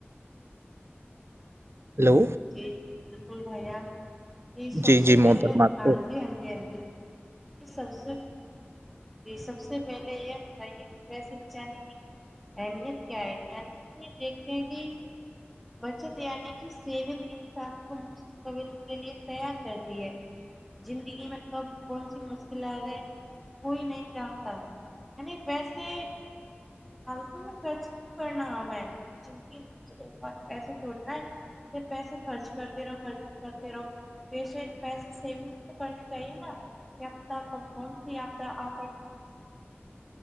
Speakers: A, on the right (about 70°); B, in the centre.
A: ہلو
B: جی جی بالکل بھیا کہ سب
A: جی
B: سے
A: جی
B: پہلے
A: محترمہ
B: ہاں
A: تو
B: جی ہاں جی ہاں جی سب سے جی سب سے پہلے یہ بتائیے کہ کیسے بچانے کی اہمیت کیا ہے یعنی کہ دیکھتے ہیں کہ بچت یعنی کی سیگ انسان کو مستقبل کے لیے تیار کرتی ہے زندگی میں کب کون سی مشکلاتیں کوئی نہیں جانتا یعنی ویسے حالتوں میں خرچ کیوں کرنا ہے میں زندگی مجے ایک بات ایسے سوچنا ہے کہ پیسے خرچ کرتے رہو خرچ کرتے رہو پیسے پیسے سیونگ بھی تو کرنی چاہیے نا تا ک کون س آتا آ